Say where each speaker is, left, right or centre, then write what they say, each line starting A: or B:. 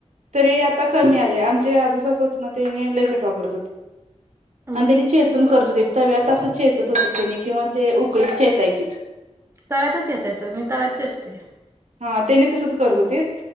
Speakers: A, on the right; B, on the right.
A: तरी आता कमी आले आमचे आजसत ना त्यांने लई मीठ वापर
B: नाही
A: आणि
B: बर
A: त्या चेूनन कर हो तव्यात चे त्यांनी किंवा ते उकळीत चेचायचीत
B: तव्यातच चेयाचं मी तव्यात चेचतोया
A: हा त्याने तसच करत होते